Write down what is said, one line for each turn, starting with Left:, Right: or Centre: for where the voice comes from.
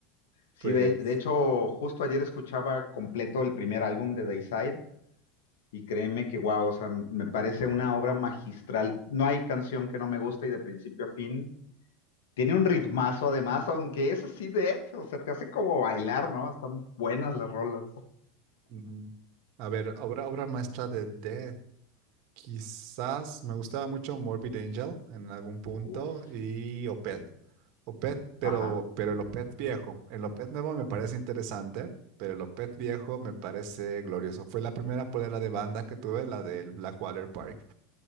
Left: Sí,
Right: Pues
Left: de, de hecho, justo ayer escuchaba completo el primer álbum de Dayside y créeme que, wow, o sea, me parece una obra magistral. No hay canción que no me guste y de principio a fin Tiene un ritmazo además, aunque es así de Ed, o sea, te hace como bailar, ¿no? Están buenas las rolas.
Right: Mm, A ver, obra, obra maestra de Death. Quizás me gustaba mucho Morbid Angel en algún punto
Left: Uf,
Right: y Opeth.
Left: sí.
Right: Opeth, pero,
Left: Ajá,
Right: pero el Opeth viejo. El Opeth nuevo me parece interesante, pero el Opeth viejo me parece glorioso. Fue la primera polera de banda que tuve, la del Blackwater Park,